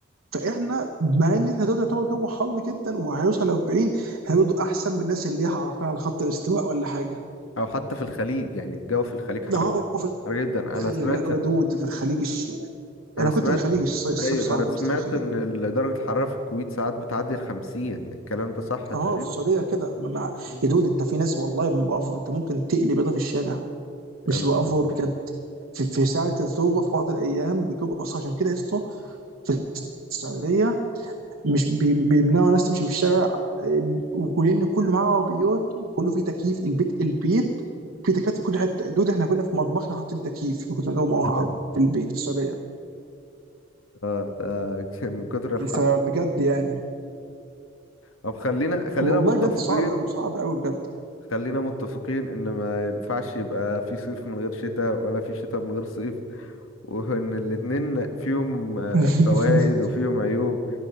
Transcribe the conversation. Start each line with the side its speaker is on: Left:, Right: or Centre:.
Right: فاحنا مع ان احنا دلوقتي يعتبر جو حر جدا وهيوصل ل 40 احنا برضه احسن من الناس اللي هي عارفين على خط الاستواء ولا حاجه
Left: او حتى في الخليج يعني الجو في الخليج حر
Right: اه في
Left: حر جدا
Right: الخليج
Left: انا سمعت
Right: لا دود في الخليج الش...
Left: انا
Right: انا
Left: سمعت
Right: كنت في الخليج الص- الصيف
Left: ايوه
Right: صعب
Left: انا سمعت
Right: يا اسطى في الخليج
Left: ان ال- درجة الحرارة في الكويت ساعات بتعدي الخمسين الكلام ده صح
Right: اه
Left: تقريبا
Right: في السعوديه كده مع...
Left: مم.
Right: يا دود انت في ناس والله بأفر. انت ممكن تقلي بيضه في الشارع مش
Left: انا
Right: بأفر بجد في, في ساعه الذروه في بعض الايام يجيب اصلا عشان كده يا اسطى في السعوديه مش بي- بيمنعوا الناس تمشي في الشارع آه، ولان كله معاه عربيات وكله فيه تكييف البيت البيت فيه تكييفات في كل حته دول احنا كنا في مطبخنا حاطين تكييف من كتر ما الجو موهب
Left: <laughs>
Right: في البيت في السعوديه
Left: آه، آه، <laughs> من كتر الحر
Right: فبجد يعني
Left: طب خلينا خلينا
Right: والله
Left: متفقين
Right: بجد صعب قوي صعب قوي بجد
Left: خلينا متفقين ان ما ينفعش يبقى في صيف من غير شتاء ولا في شتاء من غير صيف وان الاتنين فيهم
Right: <laughs>
Left: فوائد وفيهم عيوب